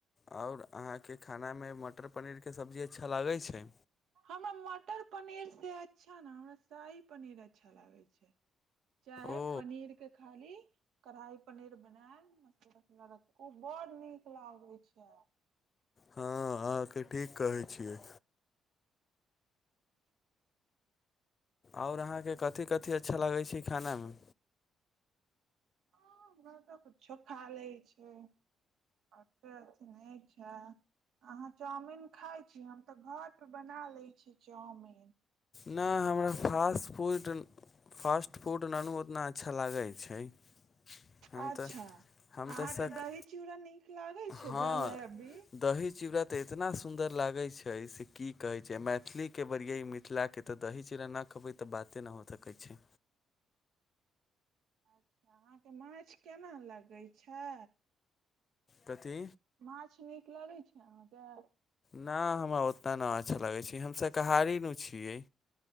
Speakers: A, on the left; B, on the right.
A: ओर अहाँके खानामे मटर पनीरके सब्जी अच्छा लागै छै
B: हमरा मटर पनीर से अच्छा ने हमरा शाही पनीर अच्छा लागै छै चाहे
A: ओ
B: पनीर के खा ली कढ़ाई पनीर बनायल मसला तसूला रख ओ बड़ नीक लागे छै
A: हँ अहाँके ठीक कहै छियै आओर अहाँके कथि कथि अच्छा लगै छै खानामे
B: ह हमरा तऽ कुछो खा लै छै अत अथि नहिच्छा अहाँ चाउमीन खाइ छी हम तऽ घर परे बना लैत छी चाउमीिन
A: नइ हमरा फास्ट फूड फास्ट फूड आनू ओतना अच्छा लागै छै हम
B: अच्छा
A: तऽ हम तऽ
B: अहाँके
A: सक
B: दही चूड़ा नीक लागै छै
A: हँ
B: जलेबी
A: दही चिड़ा तऽ इतना सुन्दर लागे छै से की कहे छै मैथिली के बिय मिथिला कि तऽ दही चीड़ा नहि खेबै तऽ बाते नहि हो सकै छै
B: अच्छा अहाँके माछ केना लगैत छै
A: कथी
B: माछ नीक लगै छै अहाँके
A: नइ हमरा उतना नहि अच्छा लगै छै हम शाकाहारीमे छियै